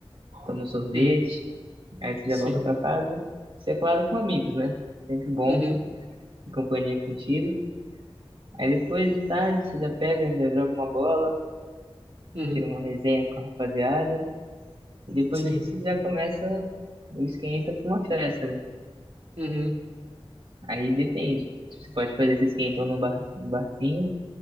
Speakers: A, on the right; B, on the right.
A: toma um sorvete,
B: uhum.
A: aí você já
B: Sim.
A: volta pra casa. Isso é claro com amigos, né? Sempre bom
B: Uhum,
A: ter companhia contigo. Aí depois de tarde você já pega, já joga uma bola,
B: uhum.
A: tira uma resenha com a rapaziada, e depois
B: Sim.
A: disso já começa o esquenta pra uma festa, né?
B: Uhum.
A: Aí depende. Você pode fazer esse esquentão no bar, no barzinho.